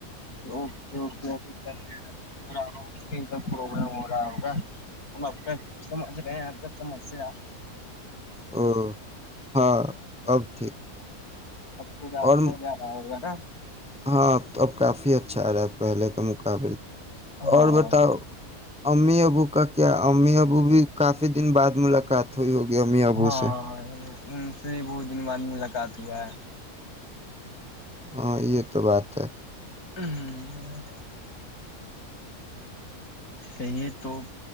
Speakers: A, on the left; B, in the centre.
A: اک ابھی ک رہا کہ پر پرابلم ہو رہا ہوگا ہم آپ کا سمجھ رہے ہیں آپ کا سمسیا
B: ہ ہاں اب ٹھیک
A: اب تھوڑا آچھا
B: اور
A: جا رہا ہوگا نا
B: ہاں تو اب کافی اچھا آ رہا ہے پہلے کا مقابل
A: ہاں
B: اور بتاؤ امی ابو کا کیا امی ابو بھی کافی دن بعد ملاقات تھوئی ہو گیا ا ممی ابو
A: ہاں
B: سے
A: ان سے بہت دن بعد ملاقات ہوا ہے
B: ہاں یہ تو بات ہے
A: ہ ہ کہیے تو